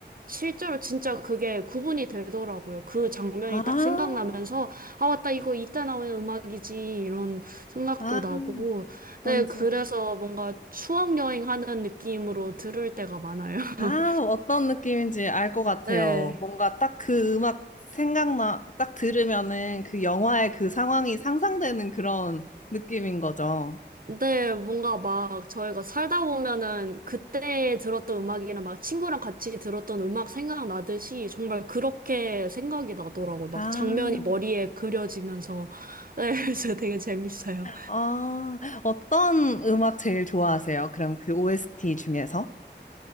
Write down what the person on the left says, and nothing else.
아,
아,
뭔지.
아, 어떤 느낌인지 알 것 같아요.
뭔가 딱 그 음악 생각나, 딱 들으면은 그 영화의 그 상황이 상상되는 그런 느낌인 거죠.
아,
아, 어떤 음악 제일 좋아하세요? 그럼 그 OST 중에서?